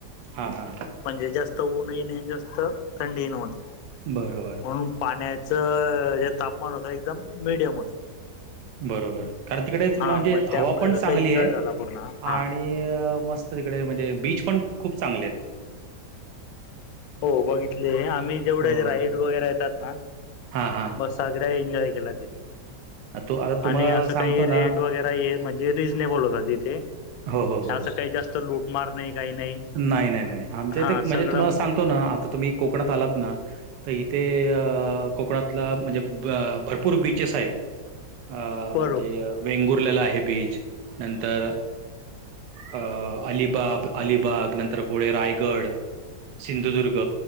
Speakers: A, on the right; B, on the left.
A: हा, हा...
B: म्हणजे जास्त ऊन ही नाही आणि जास्त थंडीही नव्हती.
A: बरोबर.
B: म्हणून पाण्याचं जे तापमान होतं, एकदम मिडियम होतं.
A: बरोबर कारण तिकडेच म्हणजे
B: हा मग त्यामुळे
A: हवा पण
B: कसं
A: चांगली
B: एन्जॉय
A: आहे
B: झाला पूर्ण हा.
A: आणि नी मस्त तिकडे म्हणजे बीच पण खूप चांगले आहेत.
B: हो बघितले, आम्ही जेवढे
A: हो
B: राईड वगैरे येतात ना,
A: हा हा
B: बस सगळ्या एन्जॉय केला तिथे
A: तो आता तुम्हाला
B: आणि असं
A: सांगतो
B: काही रेट
A: ना
B: वगैरा ये म्हणजे रिजनेबल होता तिथे,
A: हो हो हो
B: असं काही जास्त लूटमार नाही, काही नाही.
A: नाही, नाही, नाही आमच्या
B: हा
A: इथे म्हणजे
B: सगळं
A: तुम्हाला सांगतो ना, आता तुम्ही कोकणात आलात ना तर इथे अ कोकणातला म्हणजे भरपूर बीचेस आहेत. अ
B: बरोबर
A: म्हणजे वेंगुर्लेला आहे बीच, नंतर अ अलिबाब, अलि बाग नंतर पुढे रायगड, सिंधुदुर्ग